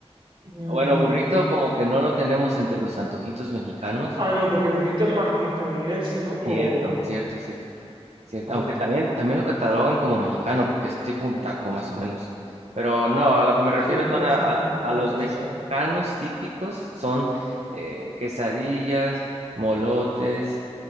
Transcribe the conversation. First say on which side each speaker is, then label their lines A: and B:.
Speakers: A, on the right (about 50°); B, on the right (about 80°).
A: mm,
B: bueno, burrito como que no lo tenemos entre los antojitos mexicanos.
A: Ah, no, porque burrito es más como estadounidense, ¿no?
B: Cierto,
A: O...
B: cierto, cierto. Cierto,
A: Ahí
B: aunque
A: está.
B: también, también lo catalogan como mexicano, porque es tipo un taco más o menos. Pero no, a lo que me refiero
A: Sí,
B: son
A: pero
B: a,
A: cerrado,
B: a,
A: más grande,
B: a los mexicanos
A: cerrado.
B: típicos, son eh, quesadillas, molotes,